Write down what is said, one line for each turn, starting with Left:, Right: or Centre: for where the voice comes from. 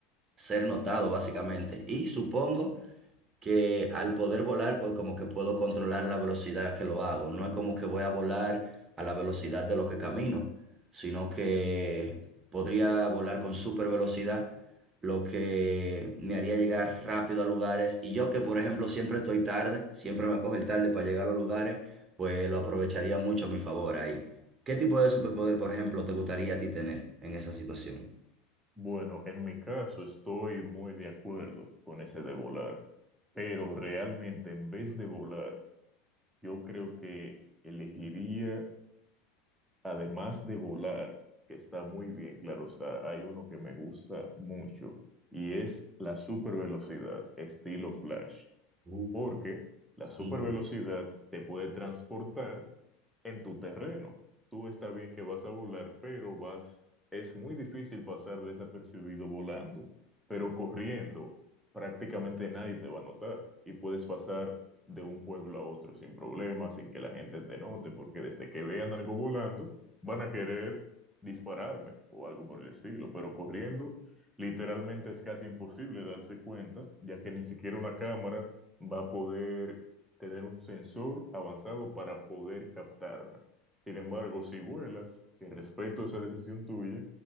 Right: ser notado básicamente. Y supongo que al poder volar, pues como que puedo controlar la velocidad que lo hago. No es como que voy a volar a la velocidad de lo que camino, sino que podría volar con super velocidad, lo que me haría llegar rápido a lugares. Y yo que, por ejemplo, siempre estoy tarde, siempre me coge el tarde para llegar a los lugares, pues lo aprovecharía mucho a mi favor ahí. ¿Qué tipo de superpoder, por ejemplo, te gustaría a ti tener en esa situación?
Centre: Bueno, en mi caso estoy muy de acuerdo con ese de volar, pero realmente en vez de volar, yo creo que elegiría, además de volar, que está muy bien, claro está, hay uno que me gusta mucho y es la supervelocidad, estilo Flash,
Right: Uh,
Centre: porque la
Right: sí.
Centre: supervelocidad te puede transportar en tu terreno. Tú está bien que vas a volar, pero vas, es muy difícil pasar desapercibido volando, pero corriendo prácticamente nadie te va a notar y puedes pasar de un pueblo a otro sin problemas, sin que la gente te note, porque desde que vean algo volando, van a querer dispararme o algo por el estilo, pero corriendo literalmente es casi imposible darse cuenta, ya que ni siquiera una cámara va a poder tener un sensor avanzado para poder captarme. Sin embargo, si vuelas, que respeto esa decisión tuya,